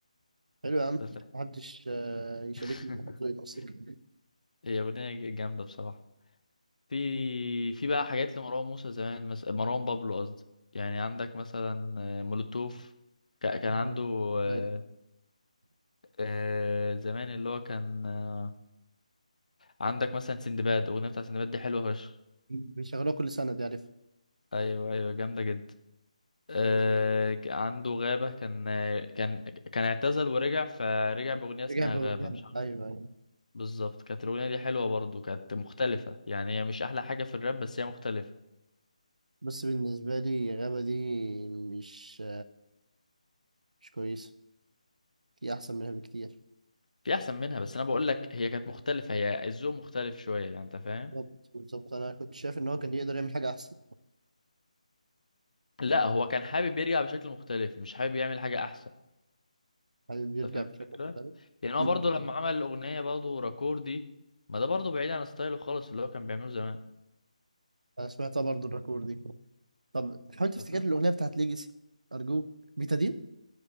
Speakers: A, on the right (about 70°); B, on the left (about 70°).
A: حلو يا عم
B: أنت فاهم؟
A: محدش آه، يشاركني
B: <laughs>
A: في موضوع الموسيقى
B: هي أغنية جامدة بصراحة في في بقى حاجات لمروان موسى زمان مثلا مروان بابلو قصدي يعني عندك مثلا آه، مولوتوف ك- كان عنده
A: آه،
B: آه،
A: أيوة
B: آه، زمان اللي هو كان آه، عندك مثلا سندباد اغنيه بتاع سندباد دي حلوه فشخ
A: بيشغلوها كل سنة دي عارفها
B: ايوه ايوه جامده جدا آه، ك- عنده غابه كان آه، كان كان اعتزل ورجع فرجع باغنيه اسمها
A: رجع ب-
B: غابه مش عارف
A: أيوة أيوة
B: بالظبط كانت الاغنيه دي حلوه برضو كانت مختلفه يعني هي مش احلى حاجه في الراب بس هي مختلفه
A: بس بالنسبة لي غابة دي مش مش كويسة في أحسن منها بكتير
B: في احسن منها بس انا بقول لك هي كانت مختلفه هي الذوق مختلف شويه يعني انت فاهم
A: بالظبط بالظبط أنا كنت شايف إن هو كان يقدر يعمل حاجة أحسن
B: لا هو كان حابب يرجع بشكل مختلف مش حابب يعمل حاجه احسن
A: حابب يرجع
B: انت فاهم
A: بشكل
B: الفكره
A: مختلف
B: يعني هو
A: أمم.
B: برضه لما عمل الاغنيه برضه راكور دي ما ده برضه بعيد عن ستايله خالص اللي هو كان بيعمله زمان
A: أنا سمعتها برضه الركور دي طب حاول تفتكر
B: انت فاهم
A: الأغنية بتاعت ليجاسي أرجوك بيتادين